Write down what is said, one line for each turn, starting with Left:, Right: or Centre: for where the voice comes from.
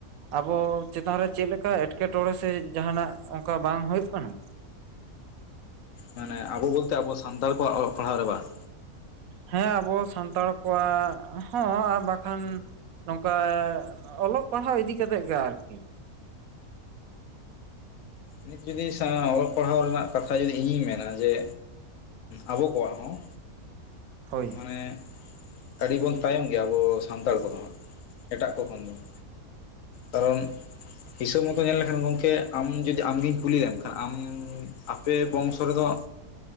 Right: ᱟᱵᱚ ᱪᱮᱛᱟᱱ ᱨᱮ ᱪᱮᱫ ᱞᱮᱠᱟ ᱮᱴᱠᱮᱴᱚᱬᱮ ᱥᱮ ᱡᱟᱦᱱᱟᱜ ᱚᱱᱠᱟ ᱵᱟᱝ ᱦᱩᱭᱩᱜ ᱠᱟᱱᱟ?
Left: ᱢᱟᱱᱮ ᱟᱵᱚ ᱵᱚᱞᱛᱮ ᱟᱵᱚ ᱥᱟᱱᱛᱟᱲ ᱠᱚᱣᱟᱜ ᱚᱞᱚᱜ ᱯᱟᱲᱦᱟᱜ ᱨᱮ ᱵᱟᱝ?
Right: ᱦᱮᱸ ᱟᱵᱚ ᱥᱟᱱᱛᱟᱲ ᱠᱚᱣᱟᱜ ᱦᱚᱸ ᱟᱨ ᱵᱟᱠᱷᱟᱱ ᱱᱚᱝᱠᱟ ᱚᱞᱚᱜ ᱯᱟᱲᱦᱟᱣ ᱤᱫᱤ ᱠᱟᱛᱮᱫ ᱜᱮ ᱟᱨᱠᱤ᱾
Left: ᱱᱤᱛ ᱡᱩᱫᱤ ᱚᱞᱚᱜ ᱯᱟᱲᱦᱟᱣ ᱨᱮᱱᱟᱜ ᱠᱟᱛᱷᱟ ᱡᱚᱫᱤ ᱤᱧ ᱢᱮᱱᱟ ᱡᱮ ᱟᱵᱚ ᱠᱚᱣᱟᱜ ᱦᱚᱸ
Right: ᱦᱳᱭ
Left: ᱢᱟᱱᱮ ᱟᱹᱰᱤ ᱵᱚᱱ ᱛᱟᱭᱚᱢ ᱜᱮᱭᱟ ᱟᱵᱚ ᱥᱟᱱᱛᱟᱲ ᱠᱚᱫᱚᱦᱟᱸ ᱮᱴᱟᱜ ᱠᱚ ᱠᱷᱚᱱ ᱫᱚ ᱾ ᱠᱟᱨᱚᱱ ᱦᱤᱥᱟᱹᱵ ᱢᱚᱛᱚ ᱧᱮᱞ ᱞᱮᱠᱷᱟᱱ ᱜᱚᱢᱠᱮ ᱟᱢ ᱡᱩᱚᱫᱤ ᱟᱢᱜᱮᱧ ᱠᱩᱞᱤ ᱞᱮᱢ ᱠᱷᱟᱱ ᱟᱢ ᱟᱯᱮ ᱵᱚᱝᱥᱚ ᱨᱮᱫᱚ